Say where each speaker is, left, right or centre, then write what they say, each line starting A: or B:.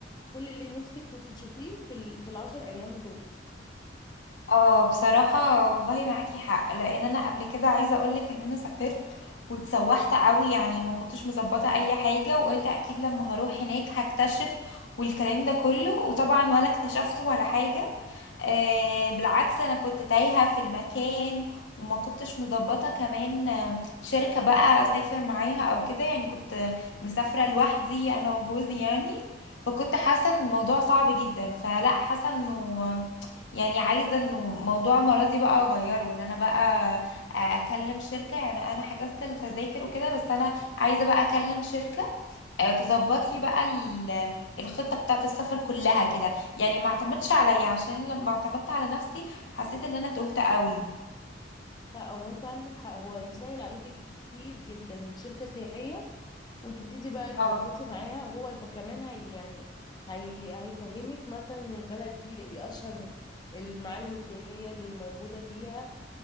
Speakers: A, on the left (about 25°); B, on the left (about 75°).
A: كل اللي نفسك كنت تشوفيه في ال... في العشر ايام دول
B: اه بصراحة والله معاكي حق لان انا قبل كده عايزة اقولك ان انا سافرت واتسوحت قوي يعني ما كنتش مظبطة اي حاجة وقلت اكيد لما هروح هناك هكتشف والكلام ده كله وطبعا ولا اكتشفت ولا حاجة آه بالعكس انا كنت تايهة في المكان وما كنتش مظبطة كمان آم، شركة بقى اسافر معاها او كده يعني كنت مسافرة لوحدي انا وجوزي يعني فكنت حاسة ان الموضوع صعب جدا فلا حاسة انه يعني عايزه انه موضوع مرضي بقى اغيره وان انا بقى اكلم شركه يعني انا حجزت التذاكر وكده بس انا عايزه بقى اكلم شركه آه، تظبط لي بقى ال- الخطه بتاعه السفر كلها كده يعني ما اعتمدش عليا عشان لما اعتمدت على نفسي حسيت ان انا تهت قوي
A: لا هو انت عندك حق هو يسهل عليكي كتير جدا شركة سياحية وتبتدي بقى تظبطي
B: اه
A: معاها هو يبقى كمان هي يعني هي هيفهمك مثلا ان البلد دي ايه اشهر المعالم السياحية اللي موجودة فيها